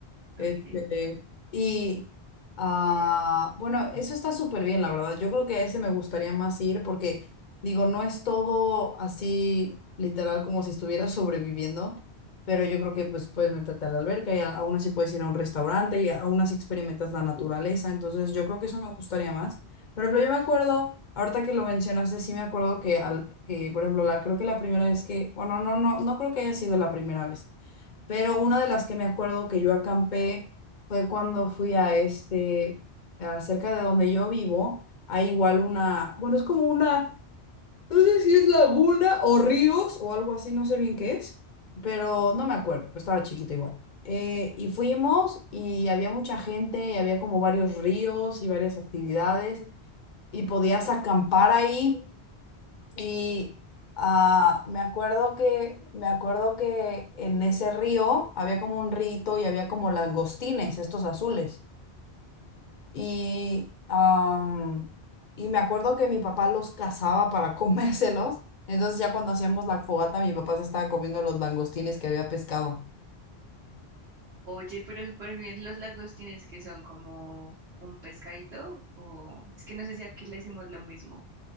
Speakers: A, on the left (about 50°); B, on the right (about 80°).
A: Este,
B: Ok.
A: y ah, bueno, eso está súper bien, la verdad. Yo creo que a ese me gustaría más ir porque, digo, no es todo así literal como si estuviera <laughs> sobreviviendo, pero yo creo que pues puedes meterte a la alberca y a- aún así puedes ir a un restaurante y aún así experimentas la naturaleza. Entonces, yo creo que eso me gustaría más. Por ejemplo, yo me acuerdo, ahorita que lo mencionaste, sí me acuerdo que, al, que por ejemplo, la, creo que la primera vez que, bueno, no, no, no creo que haya sido la primera vez. Pero una de las que me acuerdo que yo acampé fue cuando fui a este, a cerca de donde yo vivo, hay igual una, bueno, es como una, no sé si es laguna o ríos o algo así, no sé bien qué es, pero no me acuerdo, estaba chiquita igual. Eh, y fuimos y había mucha gente y había como varios ríos y varias actividades y podías acampar ahí. Y ah, me acuerdo que, me acuerdo que en ese río había como un rito y había como langostines, estos azules. Y, am, y me acuerdo que mi papá los cazaba para <laughs> comérselos. Entonces ya cuando hacíamos la fogata, mi papá se estaba comiendo los langostines que había pescado.
B: Oye, pero súper bien los lagostines que son como un pescadito o es que no sé si aquí le decimos lo mismo.